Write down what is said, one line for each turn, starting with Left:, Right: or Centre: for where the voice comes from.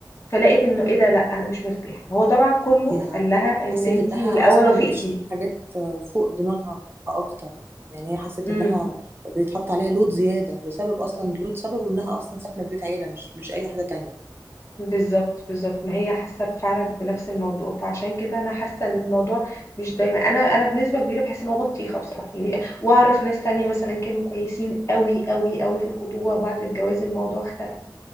Left: فلقيت انه ايه ده لا انا مش مرتاح هو طبعا كله
Right: هي
Left: قال لها
Right: حست
Left: ان انتي
Right: انها
Left: من الاول
Right: اصلا
Left: وافقتي
Right: بتشيل حاجات آه، فوق دماغها اكتر يعني هي حست
Left: امم
Right: انها بيتحط عليها لود زياده بسبب اصلا لود سببه انها اصلا ساكنه في بيت عيله مش مش اي حاجه تانية
Left: بالظبط بالظبط ما هي حاسه فعلا بنفس الموضوع فعشان كده انا حاسه ان الموضوع مش دايما انا انا بنسبه كبيره بحس ان هو بطيخه بصراحه يعني واعرف ناس تانية مثلا كانوا كويسين قوي قوي قوي في الخطوبه وبعد الجواز الموضوع اختلف